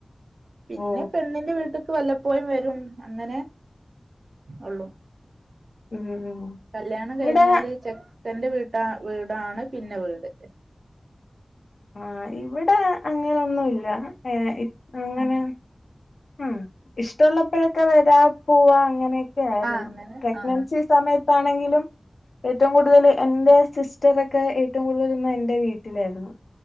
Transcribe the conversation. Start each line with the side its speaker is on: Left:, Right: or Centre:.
Right: പിന്നെ
Left: ഓ
Right: പെണ്ണിന്റെ വീട്ട്ക്ക് വല്ലപ്പോഴും വരും <unintelligible> അങ്ങനെ ഒള്ളു
Left: ഉം
Right: കല്യാണം
Left: ഇവിടെ
Right: കഴിഞ്ഞാല് ചെ ക്കന്റെ വീട്ടാ വീടാണ് പിന്നെ വീട്
Left: ആഹ് ഇവിടെ അങ്ങനെന്നുല്ല ഏ ഇ ങ്ങനെ
Right: ആഹ്
Left: ഉം ഇഷ്ടഉള്ളപ്പഴൊക്കെ വരാ പോവാ അങ്ങനെ ക്കെ ആരുന്നു
Right: അങ്ങനെ
Left: പ്രഗ്നൻസി
Right: ആഹ്
Left: സമയത് ണ്ട്സാണെങ്കിലും ഏറ്റവും കൂടുതല് എന്റെ സിസ് റ്റതൊകെ ഏറ്റവും കൂടുതൽ നിന്ന എന്റെ വീട്ടിലായിരുന്നു.